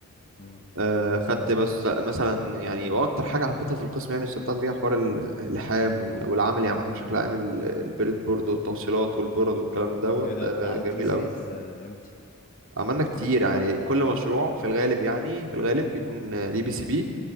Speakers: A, on the left; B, on the right.
A: امم
B: آه، خدت بس مثلا يعني واكتر حاجه حبيتها في القسم يعني استمتعت بيها حوار ال- اللحام وال- والعملي عامه بشكل عام ال- البريد بورد والتوصيلات والبورد والكلام دوت
A: ايه ده
B: ده
A: انت عملت
B: جميل
A: بسويز
B: قوي
A: امتى؟
B: عملنا كتير يعني كل مشروع في الغالب يعني في الغالب بيكون آه، ليه بي سي بي